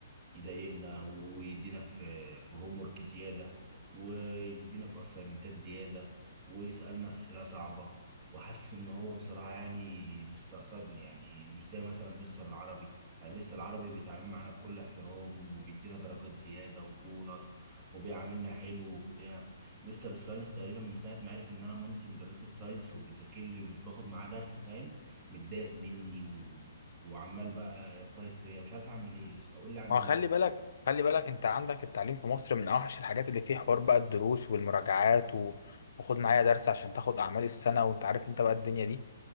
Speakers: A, on the right (about 20°); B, on the left (about 70°).
A: يضايقنا ويدينا في في هوم ورك زياده ويدينا في اسايمنتات زياده ويسالنا اسئله صعبه وحاسس ان هو بصراحه يعني مستقصدني يعني مش زي مثلا مستر العربي يعني مستر العربي بيتعامل معانا بكل احترام وبيدينا درجات زياده وبونص وبيعاملنا حلو وبتاع مستر الساينس تقريبا من ساعه ما عرف ان انا مامتي مدرسه ساينس وبتذاكر لي ومش باخد معاه درس فاهم متضايق مني و... وعمال بقى يضطهد فيا مش عارف اعمل ايه يا اسطى قول لي اعمل
B: ما هو
A: ايه
B: خلي
A: والنبي
B: بالك خلي بالك انت عندك التعليم في مصر من اوحش الحاجات اللي فيه حوار بقى الدروس والمراجعات و... وخد معايا درس عشان تاخد اعمال السنه وانت عارف انت بقى الدنيا دي